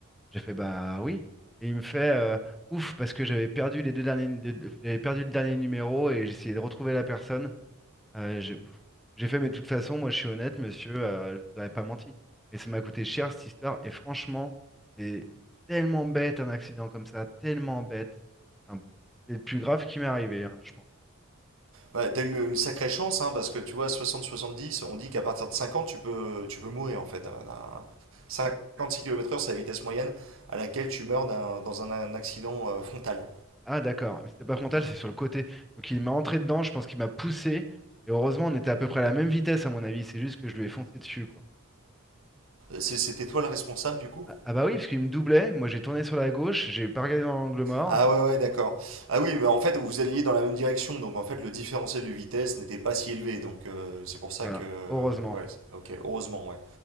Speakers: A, in the centre; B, on the right.
A: J'ai fait bah oui. Et il me fait euh, ouf parce que j'avais perdu les deux derniers, les deux- j'avais perdu le dernier numéro et j'essayais de retrouver la personne. Euh, j'ai ouf. J'ai fait mais de toute façon, moi je suis honnête, monsieur, euh, je vous aurais pas menti. Mais ça m'a coûté cher cette histoire et franchement, c'est tellement bête un accident comme ça, tellement bête. Enfin bon, c'est le plus grave qui m'est arrivé, hein, je pense.
B: Ouais, t'as eu une sacrée chance, hein, parce que tu vois, 60-70, on dit qu'à partir de 50, tu peux, tu peux mourir, en fait. à- à- 56 km/h, c'est la vitesse moyenne à laquelle tu meurs d'un- dans un, un accident euh, frontal.
A: Ah d'accord, mais c'était pas frontal,
B: Euh,
A: c'est sur le côté. Donc il m'a entré dedans, je pense qu'il m'a poussé et heureusement on était à peu près à la même vitesse à mon avis. C'est juste que je lui ai foncé dessus quoi.
B: c'est- C'était toi le responsable, du coup?
A: Ah, ah bah oui, parce qu'il me doublait. Moi, j'ai tourné sur la gauche, j'ai pas regardé dans l'angle mort.
B: Ah ouais, ouais, d'accord. Ah oui, bah en fait, vous alliez dans la même direction, donc en fait, le différentiel de vitesse n'était pas si élevé, donc euh, c'est pour ça
A: Voilà,
B: que...
A: heureusement.
B: Ouais, c'est- ok, heureusement, ouais.